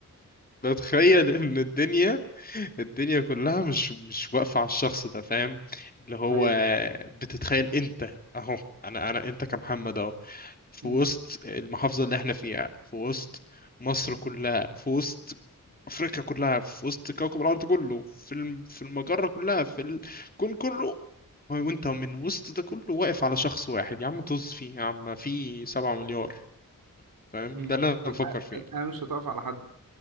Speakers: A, on the left; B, on the right.
A: لو تخيل ان الدنيا الدنيا كلها مش مش واقفة على الشخص ده فاهم اللي هو
B: ايوه
A: بتتخيل انت اهو انا انا انت كمحمد اهو في
B: مم.
A: وسط المحافظة اللي احنا فيها في وسط مصر كلها في وسط افريقيا كلها في وسط كوكب الارض كله في الم- في المجرة كلها في الكون كله وانت من وسط ده كله واقف على شخص واحد يا عم طز فيه يا عم في سبعة مليار فاهم
B: مم.
A: ده اللي انا
B: الح-
A: بفكر فيه
B: الحياة مش هتقف على حد